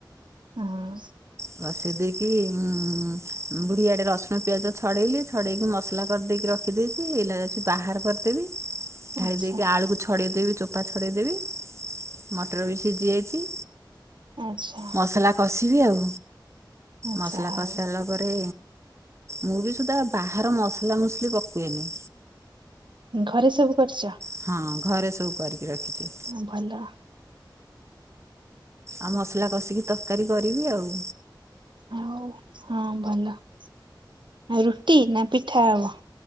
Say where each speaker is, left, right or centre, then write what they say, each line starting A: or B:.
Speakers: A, on the right; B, on the right.
A: ହଁ,
B: ବସେଇ ଦେଇକି ଉଁ ବୁଢୀଆଡେ ରସୁଣ ପିଆଜ ଛଡେଇଲି, ଛଡେଇକି ମସଲା କରିଦେଇକି ରଖିଦେଇଛି, ଏଲାଇଚି ବାହାର କରିଦେବି, ଢାଳି
A: ଆଚ୍ଛା
B: ଦେଇକି ଆଳୁକୁ ଛଡ଼େଇଦେବି, ଚୋପା ଛଡ଼େଇଦେବି ମଟର ବି ସିଝି ଯାଇଛି
A: ଆଚ୍ଛା,
B: ମସଲା କଷିବି ଆଉ,
A: ଆଚ୍ଛା
B: ମସଲା
A: ହଉ
B: କଷି ସାଇଲା ତାପରେ ମୁଁ ବି ସୁଦ୍ଧା ବାହାର ମସଲା, ମସଲି ପକାଏନି।
A: ଘରେ ସବୁ କରିଚ?
B: ହଁ ଘରେ ସବୁ କରିକି ରଖିଛି।
A: ହଁ ଭଲ,
B: ଆଉ ମସଲା କଷିକି ତରକାରୀ କରିବି ଆଉ,
A: ଆଉ ହଁ ଭଲ ଆ ରୁଟି ନା ପିଠା ହବ?